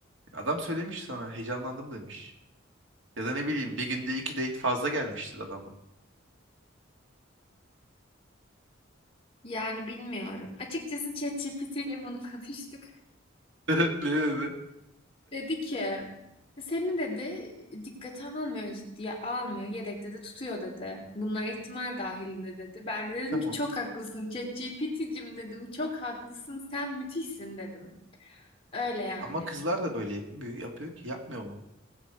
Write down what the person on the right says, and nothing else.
Adam söylemiş sana heyecanlandım demiş. Ya da ne bileyim bir günde iki date fazla gelmiştir adama.
<laughs> Ne dedi?
Tamam.
Ama kızlar da böyle yapmıyor, yapıyor ki yapmıyor mu?